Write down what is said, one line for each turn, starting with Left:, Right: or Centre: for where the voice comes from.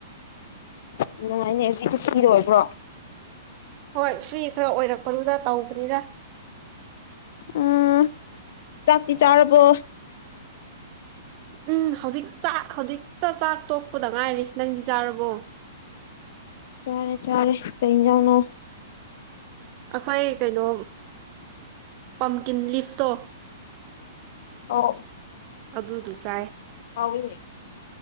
Left: ꯌꯥꯝ ꯅꯨꯡꯉꯥꯏꯅꯦ ꯍꯧꯖꯤꯛ ꯀꯨꯁꯤꯗ ꯑꯣꯏꯕ꯭ꯔꯣ
Right: ꯍꯣꯏ ꯐ꯭ꯔꯤ ꯈꯔ ꯑꯣꯏꯔꯛꯄꯅꯨꯗ ꯇꯧꯕꯅꯤꯗ
Left: ꯎꯝ ꯆꯥꯛꯤ ꯆꯥꯔꯔꯕꯣ
Right: ꯎꯝ ꯍꯧꯖꯤꯛ ꯆꯥꯛ ꯍꯧꯖꯤꯛꯇ ꯆꯥꯛ ꯇꯣꯛꯄꯗ ꯉꯥꯏꯔꯤ ꯅꯪꯗꯤ ꯆꯥꯔꯕꯣ
Left: ꯆꯥꯔꯦ ꯆꯥꯔꯦ ꯀꯩ ꯌꯥꯅꯣ
Right: ꯑꯩꯈꯣꯏ ꯀꯩꯅꯣ ꯄꯝꯀꯤꯟ ꯂꯤꯐꯇꯣ
Left: ꯑꯣ
Right: ꯑꯗꯨꯗꯨ ꯆꯥꯏ
Left: ꯐꯋꯦ